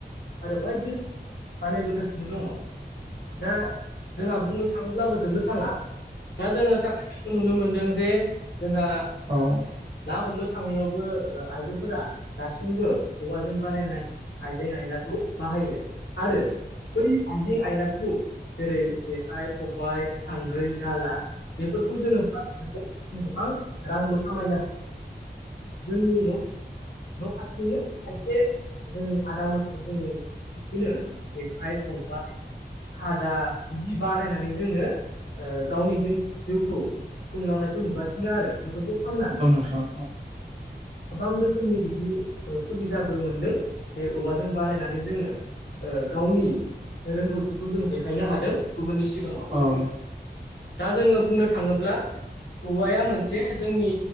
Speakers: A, on the left; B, on the right.
A: आरो बायदि रो बानायबोगासिनो दङ'। दा जोंहा बुंनो थांब्लाबो जोबनो थाङा। दा जोङो साखा साखौ नुनो मोनदों जे जोंहा
B: औ।
A: ना हमनो थांनायावबो ओ आइजोफोरा दासिमबो औवाजों बानायनाय आइजें आयलाखौ बाहायो। आरो बै आइजें आयलाखौ जेरै जेखाइ, खबाइ, सान्द्रै, दाला बेफोरखौ जोङो मा <unintelligible> गोबां रांबो खामायनो <inaudible> जोंनि न' न' खाथिनिनो खायसे जों आदा मोनखौ जोङो बिदिनो जेखाइ, खबाय, खादा बिदि बानायनानै जोङो ओ गावनि जिं जिउखौ खुंलांनायखौ नुगासिनो आरो। बेफोरखौ फाननानै
B: नोंथां
A: गोबां रोखोमनि बिदि ओ सुबिदाबो मोनदों। जे औवाजों बानायनानै जोङो ओ गावनि रोंगौथिखौ जों देखायनो हादों गुबुननि सिगाङाव।
B: औ।
A: दा जोङो बुंनो थाङोब्ला औवाया मोनसे जोंनि